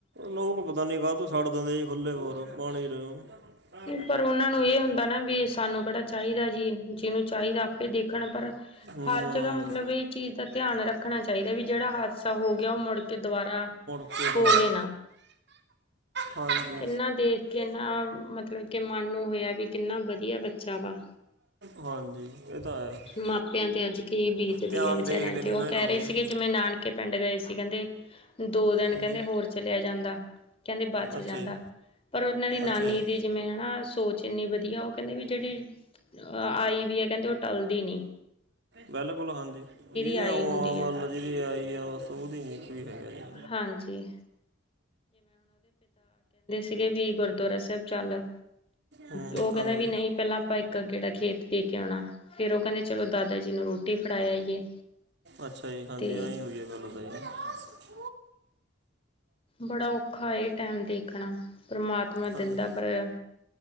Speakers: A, on the right (about 60°); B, on the left (about 30°).
A: ਲੋਕ ਪਤਾਂ ਨੀ ਕਾਹਤੋਂ ਛੱਡ ਦਿੰਦੇ ਸੀ ਖੁੱਲੇ ਹੋਰ ਪਾਣੀਂ <unintelligible>
B: ਪਰ ਉਹਨਾਂ ਨੂੰ ਇਹ ਹੁੰਦਾ ਨਾ ਵੀ ਸਾਂਨੂੰ ਕਿਹੜਾ ਚਾਹੀਂਦਾ ਜੀ, ਜਿਹਨੂੰ ਚਾਹੀਂਦਾ ਆਪੇ ਦੇਖਣ ਪਰ
A: ਹੂੰ
B: ਹਰ ਜਗ੍ਹਾ ਮੱਤਲਬ ਇਹ ਚੀਜ਼ ਦਾ ਧਿਆਨ ਰੱਖਣਾ ਚਾਹੀਦਾਂ ਵੀ, ਜਿਹੜਾ ਹਾਦਸਾ ਹੋ ਗਿਆਂ ਉਹ ਮੁੜ ਕੇ ਦੁਬਾਰਾ।
A: ਸਹੀ ਗੱਲ਼।
B: ਹੋਵੇ ਨਾ।
A: ਹਾਂਜੀ।
B: ਕਿੰਨਾ ਦੇਖ ਕੇ ਨਾ ਮਤਲਬ ਕਿ ਮਨ ਨੂੰ ਹੋਇਆ ਵੀ ਕਿੰਨਾ ਵਧੀਆ ਬੱਚਾ ਵਾ।
A: ਹਾਂਜੀ ਉਹ ਤਾਂ। ਹੈ
B: ਮਾਪਿਆਂ ਤੇ ਅੱਜ ਕੀ ਬੀਤਦੀ
A: ਧਿਆਨ
B: ਹੈ ਵਚਾਰਿਆਂ
A: ਦੇਖਦੇ ਨਹੀਂ
B: ਤੇ ਉਹ
A: ਨਾ ਇਹ
B: ਕਹਿ
A: ਲੋਕ
B: ਰਹੇ
A: ਜੀ
B: ਸੀਗੇ ਜਿਵੇਂ ਨਾਨਕੇ ਪਿੰਡ ਗਏ ਸੀ ਕਹਿੰਦੇ। ਦੋ ਦਿਨ
A: ਹਾਂਜੀ
B: ਕਹਿੰਦੇ ਹੋਰ ਚਲਿਆਂ ਜਾਂਦਾ ਕਹਿੰਦੇ ਬੱਚ
A: ਅੱਛਾ
B: ਜਾਂਦਾ।
A: ਜੀ
B: ਪਰ ਉਹਨਾਂ ਦੀ ਨਾਨੀ
A: ਅੱਛਾ ਜੀ
B: ਦੀ ਜਿਵੇਂ ਹਨਾ, ਸੋਚ ਇੰਨੀ ਵਧੀਆਂ ਉਹ ਕਹਿੰਦੀ ਵੀ ਜਿਹੜੀ ਆਈ ਵੀ ਹੈ ਕਹਿੰਦੇ ਉਹ ਟੱਲਦੀ ਨੀਂ।
A: ਬਿਲਕੁਲ ਹਾਂਜੀ, ਜਿਹਨੇ
B: ਆਈ
A: ਆਉਣਾਂ
B: ਹੁੰਦੀ ਆ।
A: ਮਤਲਬ ਜਿਹਦੀ ਆਈ ਆ ਬਸ ਉਹਦੀ ਹੀ। ਹੈਗਾ।
B: ਹਾਂਜੀ ਵੀ- ਵੀ ਗੁਰਦੁਆਰਾ ਸਾਹਿਬ ਚੱਲ।
A: ਹੂੰ,
B: ਉਹ ਕਹਿੰਦਾ
A: ਹਾਂਜੀ।
B: ਵੀ ਨਹੀਂ ਪਹਿਲਾਂ ਆਪਾਂ ਇੱਕ ਗੇੜਾ ਖੇਤ ਦੇ ਕੇ ਆਉਣਾ। ਫੇਰ ਉਹ ਕਹਿੰਦੇ ਚਲੋ ਦਾਦਾ ਜੀ ਨੂੰ ਰੋਟੀ ਫੜਾਇਆ ਆਈਏ
A: ਅੱਛਾ ਜੀ, ਹਾਂਜੀ
B: ਤੇ
A: ਆ ਵਧੀਆਂ ਗੱਲ਼। <unintelligible>
B: ਬੜਾ ਔਖਾ ਇਹ ਟੈਮ ਦੇਖਣਾਂ, ਪਰਮਾਤਮਾ ਦਿੰਦਾਂ
A: ਹਾਂਜੀ
B: ਪਾਇਆਂ।